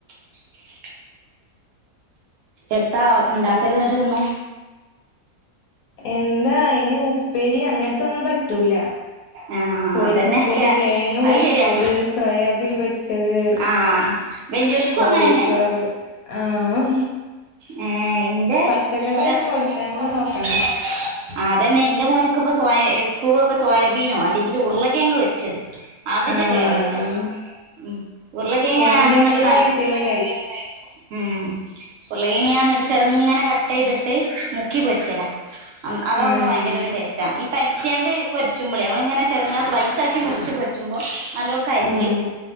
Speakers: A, on the right; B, on the left.
A: <inaudible> എത്താ ഇണ്ടാക്കല്
B: ഉം
A: എന്നിട്ട് എന്നും
B: എന്താ അയിന് ഉപ്പേരി അങ്ങനത്തെ ഒന്നും പറ്റ റ്റൂല
A: ആഹ്
B: പൊരിച്ചത്
A: അതന്നെ കേ
B: കെഴങ്ങ്
A: അത്
B: പൊരിച്ചത്
A: ശരിയാ
B: സോയാബീൻ പൊരിച്ചത് ച്ചത്
A: ആഹ് വെല്ല്യോൽക്കും
B: കോളിഫ്ലവർ
A: അങ്ങനെന്നെ
B: ആഹ്
A: ഉം ഇന്റെ
B: പച്ചക്കറി
A: പച്ചക്കറിയൊന്നും
B: ഒന്നും കൊടുക്കാനന്നെ
A: കൊടുക്കാനെ
B: നോക്കണ്ട
A: നോക്കണ്ട അതന്നെ എന്റെ മോനക്ക ഇപ്പൊ സോ സ്കൂളൊ റെക്കെ സോയാബീനോ അല്ലെങ്കിൽ ഉരുളകിഴങ്ങ് പൊരിച്ചത് അതിന്റെ
B: ആഹ്
A: ഫേവറേറ്റ്
B: അതന്നെ
A: ആ ഉ ഉരുളക്കങ്ങാണ്
B: കിഴങ്ങ്
A: എത്രകിട്ടിയാലും
B: എത്ര കിട്ടിയാലും
A: കഴിക്കും ഉം ഉരുളക്കിഴങ്ങ് എന്നിട്ട് ചെറുങ്ങനെ കട്ട് ചെയ്തിട്ട് മുക്കി പൊരിക്കല അതാകുമ്പോ
B: ഉം
A: ഭയങ്കര ഒരു ടേസ്റ്റ ഇ മുറിക്കാണ്ട് പൊച്ചുമ്പള നന്മളിങ്ങനെ ചെറങ്ങ സ്ലൈസാക്കി മുറിച്ച് പൊരി പോ നല്ല കരിയും
B: ഉം